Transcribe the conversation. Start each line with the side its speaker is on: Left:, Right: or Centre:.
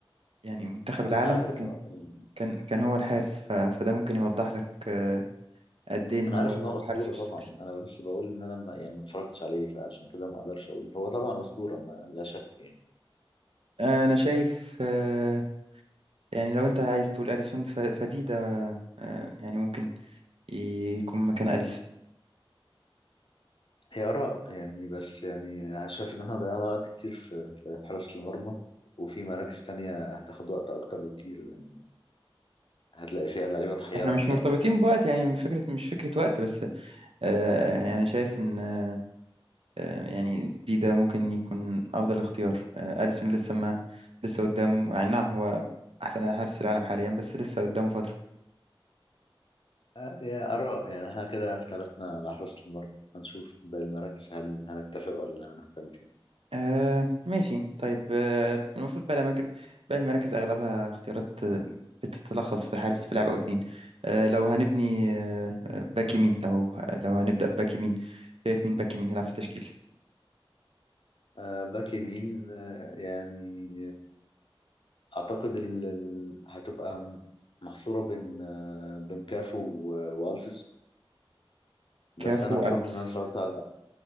Right: يعني منتخب العالم
Left: ما انا عارف اه يعني
Right: كان كان هو الحارس ف... فده ممكن يوضح لك آه، قد ايه
Left: انا
Right: هو
Left: عارف ان هو
Right: هو
Left: اسطوره
Right: حارس اسطوري
Left: طبعا انا بس بقول ان انا ما يعني ما اتفرجتش عليه فعشان كده ما اقدرش اقول هو طبعا اسطوره ما لا شك يعني
Right: آه، انا شايف آه، يعني لو انت عايز تقول اليسون ف... فدي ده آه، يعني ممكن يكون مكان اليسون
Left: هي اراء يعني بس يعني أنا شايف ان احنا ضيعنا وقت كتير في في حراسه المرمى وفي مراكز تانية هتاخد وقت اكتر بكتير يعني هتلاقي فيها لعيبه تحيرك
Right: احنا مش
Left: فعلا
Right: مرتبطين بوقت يعني مش فكره مش فكره وقت بس آه، يعني انا شايف ان آه، آه، يعني بي ده ممكن يكون افضل اختيار آه، اليسون لسه ما لسه قدام يعني نعم هو احسن حارس في العالم حاليا بس لسه قدامه فتره
Left: آه، هي اراء يعني احنا كده اختلفنا على حراسه المرمى هنشوف باقي المراكز هل هنتفق ولا هنختلف يعني.
Right: آه ماشي طيب آه المفروض بقى الأماكن بقى المراكز أغلبها اختيارات آه، بتتلخص في حارس في لاعب أو اتنين آه لو هنبني آه آه، باك يمين لو لو هنبدأ بباك يمين شايف مين باك يمين يلعب في التشكيل
Left: آه، باك يمين آه، يعني اعتقد ال... ال- هتبقى م- محصوره بين آه، بين كافو و- والفيس بس
Right: كافو
Left: انا بحكم
Right: ألفش
Left: ان انا اتفرجت على